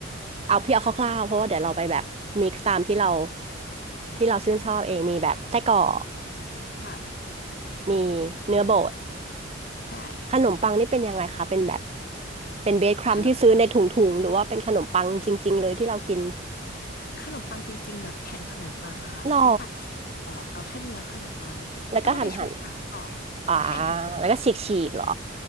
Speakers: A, on the right (about 30°); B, on the left (about 50°).
A: เอาเพียงเอาคร่าวๆเพราะว่าเดี๋ยวเราไปแบบมิกซ์ตามที่เราที่เราชื่นชอบเองมีแบบไส้กรอก
B: ค่ะ
A: มีเนื้อบด
B: ใช่
A: ขนมปังนี่เป็นยังไงคะเป็นแบบเป็นเบสครัมที่ซื้อในถุงๆหรือว่าเป็นขนมปังจริงๆเลยที่เรากิน
B: ขนม ขนมปังจริงๆแบบแผ่นขนมปังอะค่ะแล้วก็ตัดของออกเอาแค่เนื้อขนมปังต้องเอาไปชุบน้ำก่อนใช่หั่นเป็น
A: หรอแล้วก็หั่นหั่นอ่าแล้วก็ฉีกฉีกเหรอ